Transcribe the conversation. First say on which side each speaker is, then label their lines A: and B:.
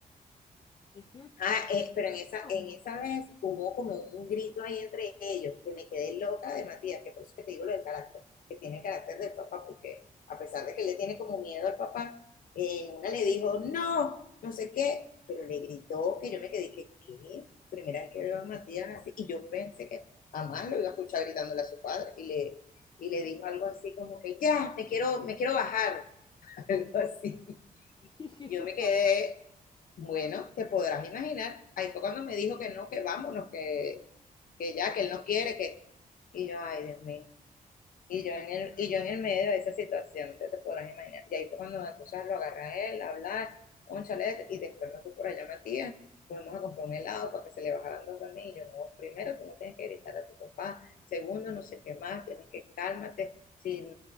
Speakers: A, on the left (about 30°); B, on the left (about 70°).
A: Es que,
B: Ah, eh, pero en esa,
A: hombre,
B: en esa vez hubo como un grito ahí entre ellos, que me quedé loca de Matías, que por eso que te digo lo del carácter, que tiene el carácter del papá, porque a pesar de que le tiene como miedo al papá, eh, una le dijo, no, no sé qué, pero le gritó que yo me quedé, que, ¿qué? Primera vez que veo a Matías así, y yo pensé que jamás lo iba a escuchar gritándole a su padre, y le, y le dijo algo así como que, ya, me quiero, me quiero bajar, <laughs> algo así.
A: <laughs> es que eso
B: Yo
A: es
B: me quedé
A: bastante
B: bueno, te podrás imaginar. Ahí fue cuando me dijo que no, que vámonos, que, que ya, que él no quiere, que. Y yo, ay, Dios mío. Y yo en el, y yo en el medio de esa situación, que te podrás imaginar. Y ahí fue cuando entonces lo agarré a él, a hablar, un chalet, y después me fui por allá a Matías, fuimos a comprar un helado para que se le bajaran dos también. Y yo, no, primero tú no tienes que gritar a tu papá, segundo, no sé qué más, tienes que cálmate. Si,